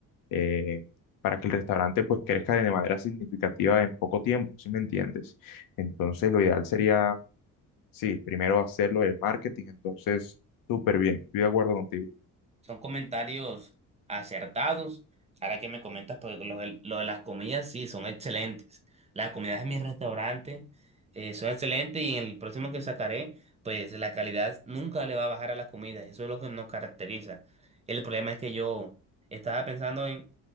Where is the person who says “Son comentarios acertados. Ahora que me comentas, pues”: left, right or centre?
Right